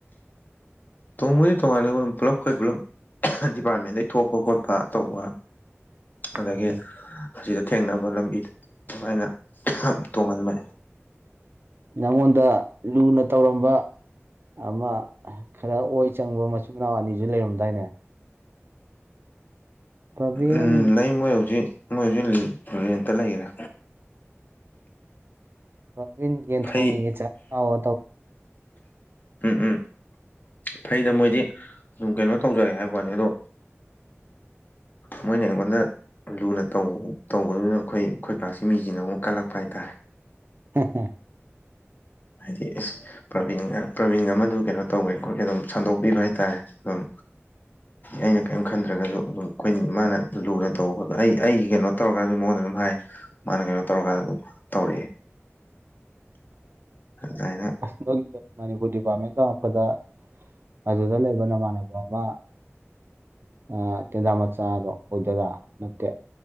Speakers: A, on the left (about 40°); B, on the right (about 50°).
A: ꯇꯣꯡꯕꯗꯤ ꯇꯣꯡꯉꯥꯟꯂ ꯄꯨꯂꯞ ꯑꯩꯈꯣꯏ ꯄꯨꯂꯞ ꯗꯤꯄꯥꯔꯠꯃꯦꯟꯗꯩ ꯊꯣꯛꯄ ꯈꯣꯠꯄ ꯇꯧꯕ ꯑꯗꯒꯤ
B: ꯎꯝ.
A: ꯑꯁꯤꯗ ꯊꯦꯡꯅꯕ ꯂꯝꯕꯤꯗ ꯑꯗꯨꯃꯥꯏꯅ ꯇꯣꯡꯍꯟꯕꯅꯤ
B: ꯅꯉꯣꯟꯗ ꯂꯨꯅ ꯇꯧꯔꯝꯕ ꯑꯃ ꯈꯔ ꯑꯣꯏ ꯆꯪꯕ ꯃꯆꯤꯟ ꯃꯅꯥꯎ ꯑꯅꯤꯁꯨ ꯂꯩꯔꯝꯗꯥꯏꯅꯦ ꯄ꯭ꯔꯕꯤꯟ
A: ꯎꯝ ꯂꯩ ꯃꯣꯏ ꯍꯧꯖꯤꯛ ꯃꯣꯏ ꯍꯧꯖꯤꯛ ꯔꯦꯟꯇ ꯂꯩꯈꯔꯦ
B: <unintelligible>
A: ꯐꯩ ꯎꯝ ꯎꯝ ꯐꯩꯗ ꯃꯣꯏꯗꯤ ꯎꯝ ꯀꯩꯅꯣ ꯇꯧꯖꯔꯦ ꯍꯥꯏꯕꯅꯤ ꯑꯗꯣ ꯃꯣꯏꯅ ꯏꯩꯉꯣꯟꯗ ꯂꯨꯅ ꯇꯧ ꯇꯧꯕꯗꯨꯅ ꯑꯩꯈꯣꯏ ꯑꯩꯣꯏ ꯀ꯭ꯂꯥꯁꯁꯤ ꯃꯤꯁꯤꯅ ꯑꯃꯨꯛ ꯀꯜꯂꯛꯄ ꯍꯥꯏꯇꯥꯔꯦ
B: ꯍꯣ ꯍꯣ
A: ꯍꯥꯏꯗꯤ ꯏꯁ ꯄ꯭ꯔꯕꯤꯟꯒ ꯄ꯭ꯔꯥꯕꯤꯟꯒ ꯑꯃꯗꯨ ꯀꯩꯅꯣ ꯇꯧꯋꯦ ꯑꯩꯈꯣꯏꯒꯤ ꯑꯗꯨꯝ ꯁꯟꯗꯣꯛꯄꯤꯕ ꯍꯥꯏꯇꯥꯔꯦ ꯑꯗꯨꯝ
B: <unintelligible>
A: ꯑꯩꯅ ꯀꯥꯏꯝ ꯈꯟꯗ꯭ꯔꯒꯁꯨ ꯑꯗꯨꯝ ꯑꯩꯈꯣꯏ ꯃꯥꯅ ꯂꯨꯅ ꯇꯧꯕꯗ ꯑꯩ ꯑꯩꯒꯤ ꯀꯩꯅꯣꯇꯧꯔꯀꯥꯟꯗ ꯃꯉꯣꯟꯗ ꯑꯗꯨꯝ ꯍꯥꯏ ꯃꯥꯅ ꯀꯩꯅꯣ ꯇꯧꯔꯀꯥꯟꯗ ꯇꯧꯔꯛꯑꯦ ꯥꯖꯥꯏꯅ
B: <unintelligible> ꯑꯗꯨꯗ ꯂꯩꯕ ꯅꯃꯥꯟꯅꯕ ꯑꯃ ꯑ ꯇꯦꯂ ꯃꯆꯗꯣ ꯔꯣ ꯑꯣꯏꯗꯣꯏꯔ ꯅꯇꯠꯦ